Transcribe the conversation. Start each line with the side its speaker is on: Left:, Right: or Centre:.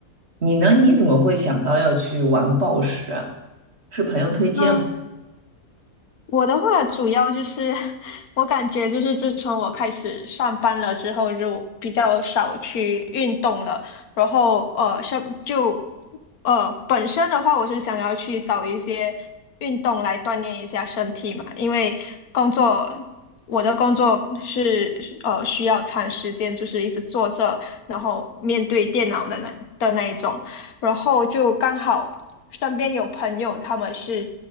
Right: 你呢？你怎么会想到要去玩暴食啊？是朋友推荐吗？
Left: 那。我的话主要就是 <laughs>，我感觉就是自从我开始上班了之后，就比较少去运动了。然后呃，像就呃本身的话，我是想要去找一些运动来锻炼一下身体嘛，因为工作我的工作是呃需要长时间就是一直坐着，然后面对电脑的那的那一种。然后就刚好身边有朋友，他们是